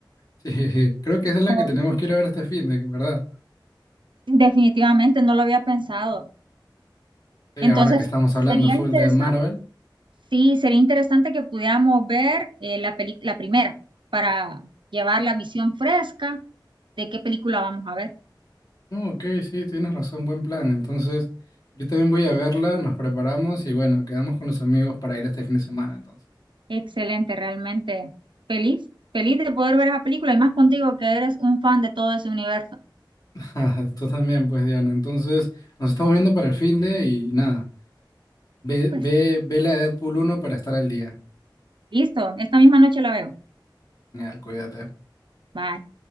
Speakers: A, on the left; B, on the right.
A: Sí, <laughs> creo que esa es la
B: <laughs>
A: que tenemos que ir a ver este fin de, ¿verdad?
B: Definitivamente, no lo había pensado.
A: Sí,
B: Entonces,
A: ahora que estamos
B: sería
A: hablando full
B: interesante,
A: de Marvel.
B: sí, sería interesante que pudiéramos ver eh, la peli- la primera para llevar la visión fresca de qué película vamos a ver.
A: No, ok, sí, tienes razón, buen plan. Entonces, yo también voy a verla, nos preparamos y bueno, quedamos con los amigos para ir este fin de semana, entonces.
B: Excelente, realmente feliz, feliz de poder ver esa película y más contigo que eres un fan de todo ese universo.
A: <laughs> Ah, Tú también, pues, Diana. Entonces, nos estamos viendo para el fin de y nada, ve,
B: Pues
A: ve, vele a Deadpool uno para estar al día.
B: listo, esta misma noche la veo.
A: Genial, cuídate.
B: Bye.